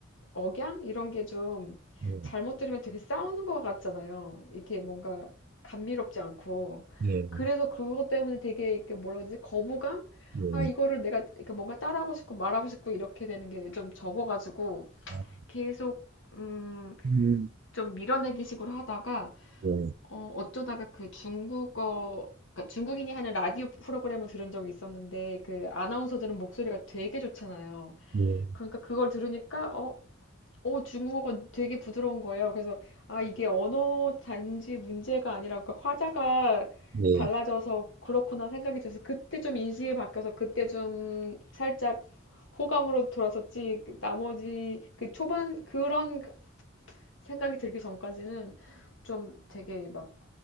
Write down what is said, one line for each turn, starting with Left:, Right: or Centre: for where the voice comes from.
Left: 억양 이런 게 좀
Right: 네,
Left: 잘못 들으면 되게 싸우는 것 같잖아요. 이게 뭔가 감미롭지 않고
Right: 예,
Left: 그래서 그것 때문에 되게 이렇게 뭐라 그러지 거부감?
Right: 예,
Left: 아 이거를 내가 이렇게 뭔가 따라하고 싶고 말하고 싶고 이렇게 되는 게 좀 적어가지고
Right: 예.
Left: 계속 음,
Right: 음,
Left: 좀 밀어내기식으로 하다가
Right: 예,
Left: 어, 어쩌다가 그 중국어 그러니까 중국인이 하는 라디오 프로그램을 들은 적이 있었는데 그 아나운서들은 목소리가 되게 좋잖아요.
Right: 예,
Left: 그러니까 그걸 들으니까 어 어, 중국어가 되게 부드러운 거예요. 그래서, 아, 이게 언어 단지 문제가 아니라, 그 화자가
Right: 예.
Left: 달라져서 그렇구나 생각이 들어서, 그때 좀 인식이 바뀌어서, 그때 좀 살짝 호감으로 돌아섰지, 그 나머지, 그 초반, 그런 생각이 들기 전까지는 좀 되게 막,